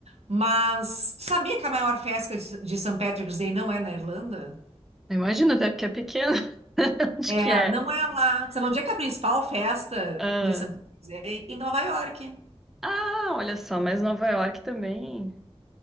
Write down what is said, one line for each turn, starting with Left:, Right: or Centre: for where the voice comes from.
Right: Mas sabia que a maior festa de de St. Patrick's Day não é na Irlanda?
Centre: imagina até porque é pequena. <laughs> Onde
Right: É,
Centre: que é?
Right: não é lá. Sabe onde é que é a principal festa
Centre: Ah.
Right: de St. Patrick's Day? Em Nova York.
Centre: Ah, olha só, mas Nova York também.